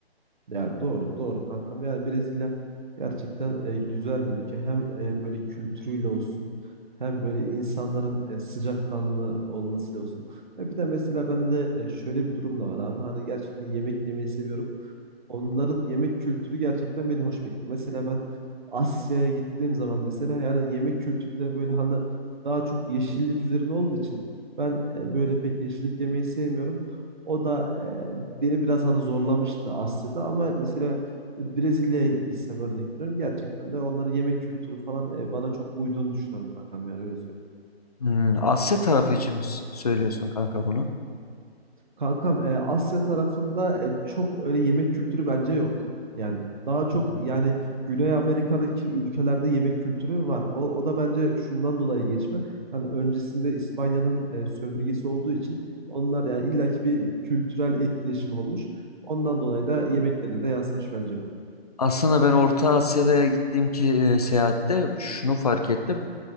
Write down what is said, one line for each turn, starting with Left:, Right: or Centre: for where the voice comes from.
Right: Ya doğru doğru kankam. Yani Brezilya gerçekten e, güzel bir ülke. Hem e, böyle kültürüyle olsun hem böyle insanların e, sıcakkanlı olmasıyla olsun. Ya bir de mesela bende e, şöyle bir durum da var abi. Hani gerçekten yemek yemeyi seviyorum. Onların yemek kültürü gerçekten beni hoş bekliyor. Mesela ben Asya'ya gittiğim zaman mesela yani yemek kültürleri böyle hani daha çok yeşillik üzerine olduğu için ben e, böyle pek yeşillik yemeyi sevmiyorum. O da e, beni biraz hani zorlamıştı Asya'da ama mesela Brezilya'ya gitsem örnek veriyorum gerçekten de onların yemek kültürü falan e, bana çok uyduğunu düşünüyorum kankam yani öyle söyleyeyim.
Left: Hmm, Asya tarafı için mi s- söylüyorsun kanka bunu?
Right: Kankam e, Asya tarafında e, çok öyle yemek kültürü bence yok. Yani daha çok
Left: Hmm.
Right: yani Güney Amerika'daki ülkelerde yemek kültürü var. O, o da bence şundan dolayı geçme. Hani öncesinde İspanya'nın e, sömürgesi olduğu için onlar yani illaki bir kültürel etkileşim olmuş. Ondan dolayı da yemeklerine de yansımış bence bu.
Left: Aslında ben Orta Asya'da gittiğim ki e, seyahatte şunu fark ettim.